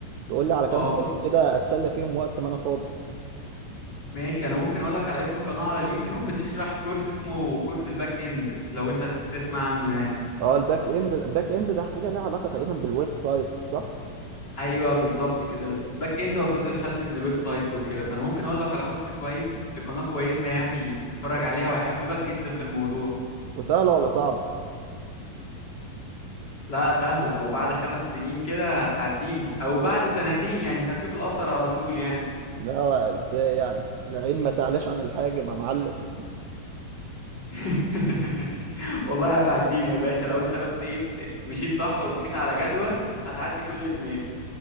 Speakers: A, on the right; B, on the left.
A: تقولي على كام
B: اه
A: كورس
B: بص
A: كده اتسلى فيهم وقت ما انا فاضي
B: ماشي انا ممكن اقول لك على اسم قناه على اليوتيوب بتشرح كورس اسمه كورس الباك اند لو انت تسمع عنه يعني
A: اه الباك اند الباك اند ده حاجة ليها علاقة تقريبا بالويب سايتس صح
B: ايوه بالظبط كده الباك اند هو الجزء الخلفي من الويب سايتس وكده فانا ممكن اقول لك على كورس كويس لقناه كويسه يعني تتفرج عليها وهيحببك جدا في الموضوع
A: وسهلة ولا صعبة
B: لا سهله وبعد خمس سنين كده هتعديني او بعد سنتين يعني انت هتشوف الاثر على طول يعني
A: لا ازاي يعني العين ما تعلاش عن الحاجب يا معلم
B: <laughs> والله هتعديني يا باشا لو انت بس ايه ب- مشيت صح ومشيت على جدول هتعدي كل الناس